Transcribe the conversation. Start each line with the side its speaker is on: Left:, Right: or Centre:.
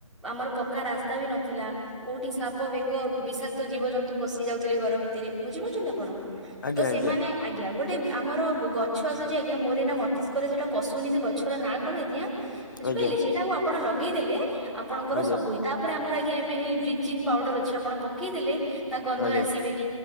Centre: ଆମର ପ କା ରାସ୍ତା ବି ନଥିଲା। କୋଉଠି ସାପ ବେଙ୍ଗ ବିଷାକ୍ତ ଜୀବଜନ୍ତୁ ପଶି ଯାଉଥିଲେ ଘର ଭିତରେ ବୁଝିପାର୍ଛନ୍ତି ଆପଣ?
Left: ଆଜ୍ଞା
Centre: ତ ସେମାନେ
Left: ଆଜ୍ଞା
Centre: ଆଜ୍ଞା ଗୋଟେ ଆମର ଗଛ ଆସୁଛି ଆଜ୍ଞା ମୋର ଏଇନା ମତିଷ୍କରେ ସେଇଟା ପଶୁନି ସେ ଗଛର ନାଁ କଣ ଆଜ୍ଞା। ବୁଝିପାଇଲେ
Left: ଆଜ୍ଞା
Centre: ସେଇଟାକୁ ଆପଣ ଲଗେଇଦେଲେ ଆପଣଙ୍କର
Left: ଆଜ୍ଞା
Centre: ସବୁ ହେଇ ତାପରେ ଆମର ଆଜ୍ଞା ଏବେ ହେଇ ବ୍ଲିଚିଂଙ୍ଗ୍ ପାଉଡର ଅଛି ଆପଣ ପକେଇଦେଲେ ତା ଗନ୍ଧ
Left: ଆଜ୍ଞା
Centre: ଆସିବେନି।